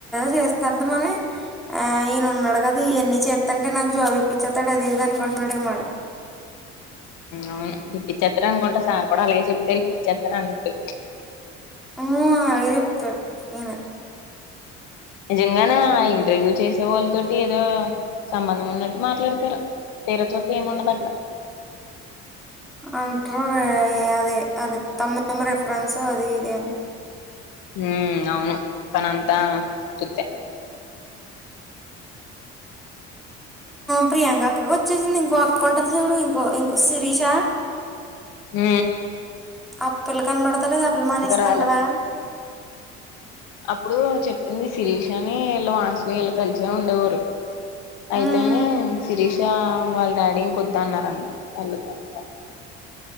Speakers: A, in the centre; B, on the left.
A: చేస్తారుది మళ్ళీ ఆ ఈయన ఉన్నాడు కదా ఎన్ని చేస్తంటే నాకు జాబ్ ఇప్పించేస్తాడు అది ఇది అనుకుంటున్నాడేమాడు
B: అవును ఇప్పచ్చత్తను అనుకుంటా సార్ కూడా అలాగే చెప్తారు ఇప్పిచ్చేత్తను అన్నట్
A: ఆ అలాగే చెప్తాడు ఇన
B: నిజంగానే ఆ ఇంటర్వ్యూ చేసి వాళతోటి ఏదో సంబంధం ఉన్నట్టు మాట్లాడతారు తీర చుతే ఏమిండదు అక్కడ
A: అంటారు అదే అదే తమ రెఫరెన్సు అది ఇది అంత
B: హ అవును కనీ అంతా సప్పతే
A: ప్రియాంక అక్క వచ్చేసింది ఇంకో అక్కంట చూడు ఇంకో ఇంకో శిరీష
B: ఆ
A: ఆ పిల్ల కనపడతా లేదు ఆ పిల్ల మానేసిందంటవా
B: రాలే అప్పుడు చెప్పింది శిరీష్ అని ఇలా వాస్వి ఇలా కలిసే ఉండేవారు అయితేనే
A: ఉమ్,
B: శిరీష వాళ్ళ డాడీ ఇంకొద్దా అన్నారన్న వెళొద్దని